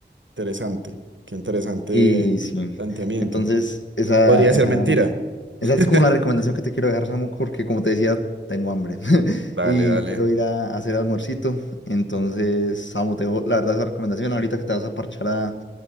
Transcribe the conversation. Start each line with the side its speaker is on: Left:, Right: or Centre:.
Right: interesante. Qué interesante
Left: Y sí,
Right: planteamiento.
Left: entonces esa,
Right: Podría
Left: esa,
Right: ser mentira. <laughs>
Left: esa es como la recomendación que te quiero dejar, Samu, porque como te decía, tengo hambre <laughs>
Right: Dale,
Left: y
Right: dale.
Left: quiero ir a, hacer almuercito. Entonces, Samu, te dejo la verdad esa recomendación. Ahorita que te vas a parchar a,